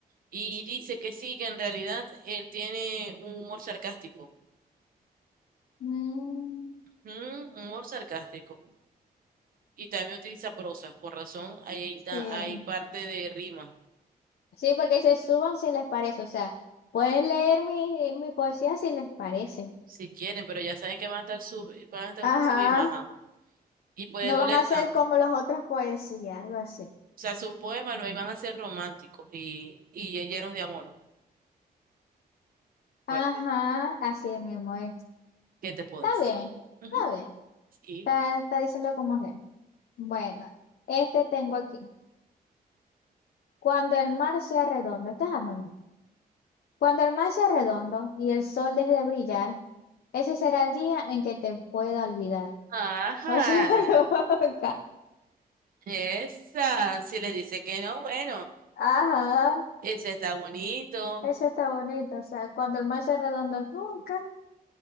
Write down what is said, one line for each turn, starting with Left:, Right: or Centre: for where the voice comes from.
Right: Y dice que sí, que en realidad él tiene un humor sarcástico.
Left: Mm,
Right: Mm, humor sarcástico. Y también utiliza prosa. Con razón, ahí hay,
Left: sí,
Right: ta- hay parte de rima.
Left: sí, porque dice, suban si les parece, o sea, pueden leer mi, mi poesía si les parece.
Right: Si quieren, pero ya saben que van a estar sub, van a estar
Left: Ajá,
Right: una subimaja. Y baja. Y puede
Left: no
Right: doler
Left: van a ser
Right: tanto.
Left: como
Right: O
Left: las otras poesías, algo así.
Right: sea, sus poemas no iban a ser románticos y, y llenos de amor fuerte.
Left: Ajá, así es mismo, eh.
Right: ¿Qué te puedo
Left: Está
Right: decir?
Left: bien,
Right: Ujú,
Left: está bien,
Right: Sí.
Left: está, está diciendo como es. Bueno, este tengo aquí. Cuando el mar sea redondo, este es anónimo. Cuando el mar sea redondo y el sol deje de brillar, ese será el día en que te pueda olvidar.
Right: Ajá,
Left: O sea, <laughs> nunca.
Right: esa, si le dice que no, bueno,
Left: Ajá,
Right: ese está bonito,
Left: eso está bonito. O sea, cuando el mar sea redondo, nunca.